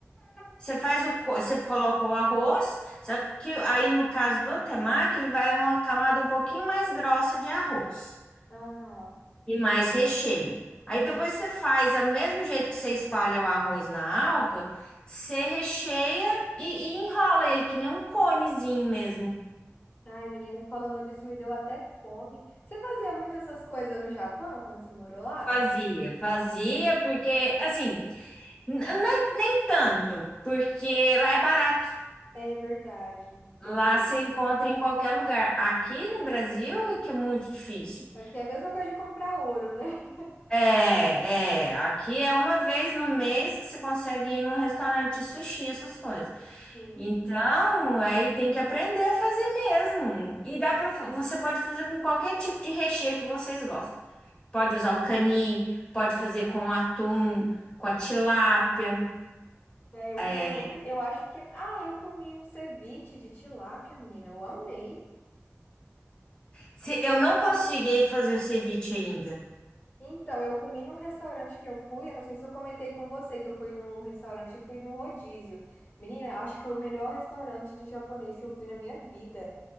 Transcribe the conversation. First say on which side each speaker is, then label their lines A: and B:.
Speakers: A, on the left; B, on the left.
A: você faz o co- você coloca o arroz, só que aí no caso do temaki, ele vai uma camada um pouquinho mais grossa de arroz.
B: Aham.
A: E mais recheio. Aí depois você faz, do mesmo jeito que você espalha o arroz na alga, você recheia e, e enrola ele, que nem um conezinho mesmo.
B: Ai, menina, falando disso me deu até fome. Você fazia muito essas coisas no Japão quando você morou lá?
A: Fazia, fazia, porque, assim, n- nem tanto, porque lá é barato.
B: É verdade, tem
A: Lá você
B: isso.
A: encontra em qualquer lugar. Aqui no Brasil é que é muito difícil.
B: Aqui é a mesma coisa de comprar ouro, né? <laughs>
A: É, é. Aqui é uma vez no mês que você consegue ir num restaurante de sushi, essas coisas.
B: Sim.
A: Então, aí tem que aprender a fazer mesmo. E dá para você pode fazer com qualquer tipo de recheio que vocês gostam. Pode usar o cani, pode fazer com atum, com a tilápia.
B: É, eu
A: É,
B: queria muito. Eu acho que. Ah, eu comi um ceviche de tilápia, menina. Eu amei.
A: Se eu não consegui fazer o ceviche ainda.
B: Então, eu comi num restaurante que eu fui, eu não sei se eu comentei com você que eu fui num restaurante fui num rodízio. Menina, acho que foi o melhor restaurante de japonês que eu fui na minha vida.